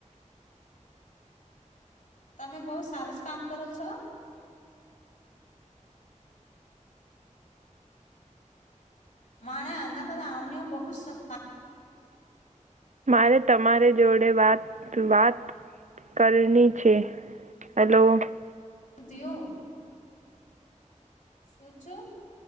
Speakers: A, on the left; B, on the right.
A: તમે બહુ સરસ કામ કરો છો. મા અમદાવાદ આણીઓ બહુ જ સફા- - <unintelligible>
B: મારે તમારી જોડે વાત વાત- - કલની છે હેલો- -
A: દિઓ- - સોચો -